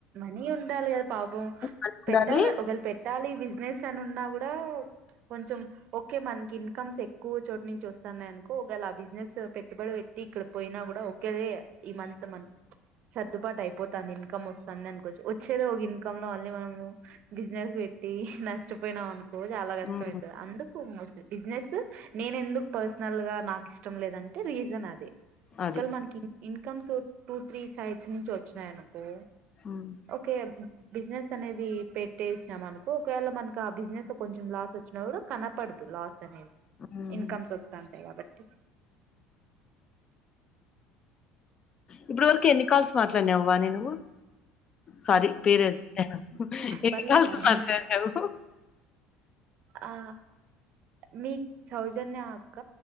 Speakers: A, on the right (about 50°); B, on the left (about 25°).
A: ని ఉండాలీగ్ పాపం
B: మనీ
A: పెట్టాల
B: ఉండాలి
A: ఒకల పెట్టాలి విజ నేసాను ఉన్నా కూడా కొంచెం ఓకే మనకి ఇన్కమ్స్ ఎక్కువ చోటు నుంచి వస్తయి వస్తున్నాయినుకో ఒకేళ ఆ బిజినెస్ పెట్టుబడి పెట్టి ఇక్కడ పోయినా కూడా ఒకేలే ఈ మంత్ మనకి సర్దుబాటు అయిపోతుంది ఇన్కమ్ వస్తుంది. అనుకోచ్చు వచ్చేది ఒక ఇన్కమ్ లో అ మనము బిజినెస్ పెట్టి నష్టపోయినాం అనుకో చాలా కష్టమైతది
B: ఉమ్,
A: అందుకు బిజినెస్ నేను ఎందుకు పర్సనల్ గా నాకు ఇష్టం లేదంటే రీజన్ అదే
B: అది
A: ఒకళ మనకి ఇన్కమ్సు టూ త్రీ సైడ్స్ నుంచి అనుకో
B: ఉమ్,
A: ఓకే. బిజినెస్ అనేది పెట్టేసినాం అనుకో ఒకవేళ మనకి ఆ బిజినెస్ లో కొంచెం లాస్ వచ్చినా కూడా కనపడదు లాస్
B: ఉమ్,
A: ఎందు కమ్స్ వస్తంటాయి కాబట్టి.
B: ఇప్పటి వరకు ఎన్ని కాల్స్ మాట్లాడినావ్వా వాణి నువ్వు సారీ పేరు పెట్టిన ఎన్ని
A: పర్లేదు
B: కాల్స్
A: పర్లేదు
B: మాట్లాడినావు.
A: ఆ మీ సౌజన్య అక్క.